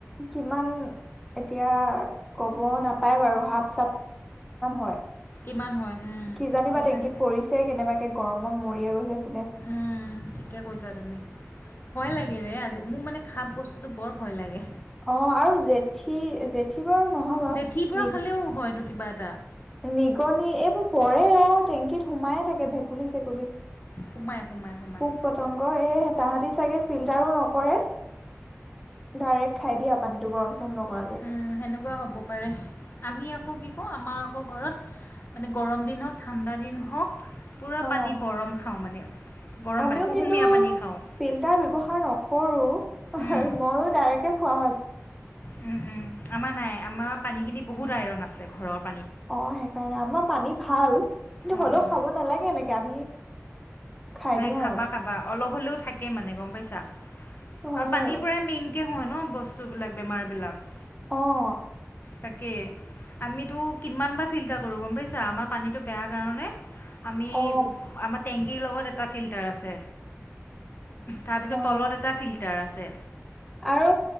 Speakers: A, in the centre; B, on the left (about 45°).
A: কিমান এতিয়া ক'ব নাপায় বাৰু হাত হয়
B: কিমান হয়, উম,
A: <unintelligible> কি জানিব
B: সেইটোৱে।
A: কি পৰিছে <unintelligible> এ' গৰমত মৰিয়ে <unintelligible>
B: উম ঠিকে কৈছা তুমি ভয় লাগে হেৰে আজি মোৰ মানে খাপ বস্তুতটো বৰ ভয় লাগে।
A: অ আৰু জেঠী জেঠী বাৰু নহয় বাৰু
B: জেঠীৰ পৰা
A: নি
B: খালেও হয় <inaudible>
A: নিগনি এইবোৰ পৰে অ টেংকিত সোমায়ে থাকে ভেকুলী চেকুলী
B: সোমাই, সোমাই, সোমাই।
A: পোক পতংগ এই হেতাহতি চাগে ফিল্টাৰো নকৰে ডাইৰেক্ খাই দিয়ে পানীটো
B: উম
A: চৰম নকৰাকে
B: সেনেকুৱা হব পাৰে আমি আকৌ কি আকৌ আমাৰ আকৌ ঘৰত মানে গৰম দিন হওক ঠাণ্ডা দিন হওক পূৰা
A: অ
B: পানী গৰম খাওঁ মানে গৰম
A: আমিও
B: পানী কুহুমীয়া
A: কিন্তু
B: পানী খাওঁ
A: ফিল্টাৰ ব্যৱহাৰ নকৰো
B: উম,
A: মইও ডাইৰেক্ট খোৱা
B: উম উম! আমাৰ নাই আমাৰ পানীখিনি বহুত আইৰণ আছে ঘৰত।
A: অ সেইকাৰণে আমাৰ পানী ভাল কিন্তু
B: অঁ
A: হলেও খাব নালাগে এনেকে আমি খাই
B: নাই
A: দিওঁ
B: খাবা
A: আৰু
B: খাবা অলপ হলেও থাকে মানে গম পাইছা?
A: হয়
B: আৰু পানীৰ
A: বাৰু
B: পৰাই মেইন! কে হয় ন বস্তুবিলাক বেমাৰবিলাক
A: অ'
B: তাকে আমিতো কিমানবাৰ ফিল্টাৰ কৰোঁ গম পাইছা আমাৰ পানীটো বেয়া কাৰণে! আমি
A: অ
B: আমাৰ তেংক কি লগত এ এটা ফিল্টাৰ আছে। তাৰপিছত
A: অ
B: তলত এটা ফিল্টা তাৰ আছে।
A: আৰু